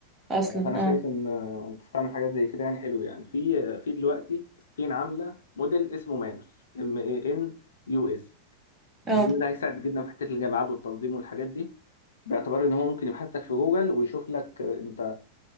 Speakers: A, on the right (about 20°); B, on the left (about 65°).
A: اصلا
B: ف- فانا
A: اه
B: شايف ان آه، تستعمل حاجات زي كده يعني حلو يعني في في دلوقتي الصين عامله موديل اسمه مانوس ام اي ان يو اس
A: اه
B: اظن ده هيساعد جدا في حته الجامعات والتنظيم والحاجات دي باعتبار ان هو ممكن يبحث لك في جوجل ويشوف لك آه، انت